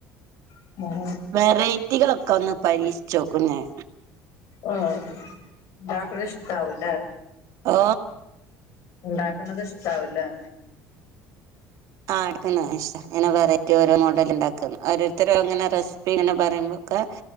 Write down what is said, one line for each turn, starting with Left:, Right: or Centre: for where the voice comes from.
Left: <unintelligible>
Right: വെറൈറ്റികളൊക്കെ ഒന്ന് പരീക്ഷിച്ചോക്കും ഞാൻ
Left: ആഹ ഇണ്ടാക്ക്ണ ഇഷ്ടാവും ലേ
Right: ആ
Left: ഉണ്ടാക്കണത് ഇഷ്ടാവുംല്ലെ
Right: ആ എടുക്കുന്നതാണ് ഇഷ്ട ഇങ്ങനെ വെറൈറ്റി ഓരോ മോഡൽ ഉണ്ടാക്കുന്നു. ഓരോരുത്തരോ അങ്ങനെ റെസിപ്പി ഇങ്ങനെ പറയുമ്പോക്കെ